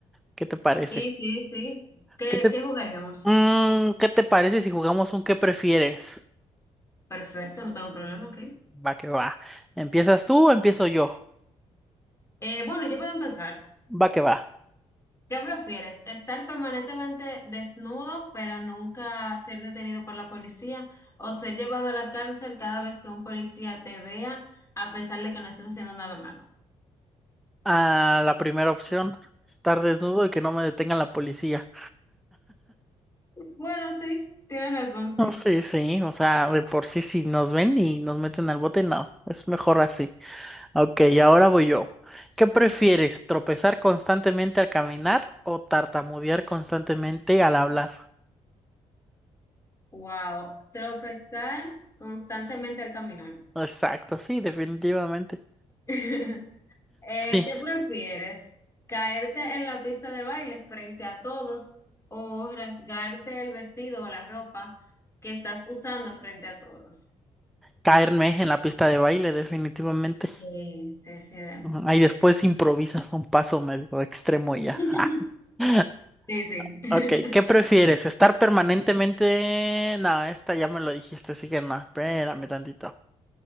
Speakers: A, in the centre; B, on the left (about 20°).
A: ¿Qué te parece?
B: Sí, sí, sí. ¿Qué,
A: ¿Qué te,
B: qué jugaríamos?
A: Mm, ¿qué te parece si jugamos un qué prefieres?
B: Perfecto, no tengo problema, ok.
A: Va que va. ¿Empiezas tú o empiezo yo?
B: Eh, bueno, yo puedo empezar.
A: Va que va.
B: ¿Qué prefieres? ¿Estar permanentemente desnudo, pero nunca ser detenido por la policía? ¿O ser llevado a la cárcel cada vez que un policía te vea, a pesar de que no estés haciendo nada malo?
A: A la primera opción, estar desnudo y que no me detenga la policía.
B: Bueno, sí, tienes razón, sí.
A: No, sí, sí, o sea, de por sí si nos ven y nos meten al bote, no, es mejor así. Ok, ahora voy yo. ¿Qué prefieres, tropezar constantemente al caminar o tartamudear constantemente al hablar?
B: Wow, tropezar constantemente al caminar.
A: Exacto, sí, definitivamente.
B: <laughs> Eh,
A: Sí,
B: ¿qué prefieres? ¿Caerte en la pista de baile frente a todos o rasgarte el vestido o la ropa que estás usando frente a todos?
A: caerme en la pista de baile, definitivamente.
B: Eh, sí, sí, de acuerdo,
A: Ahí
B: sí,
A: después
B: sí.
A: improvisas un paso medio extremo y ya.
B: <laughs>
A: <laughs>
B: Sí, sí. <laughs>
A: Ok, ¿qué prefieres? ¿Estar permanentemente...? No, esta ya me lo dijiste, así que no, espérame tantito.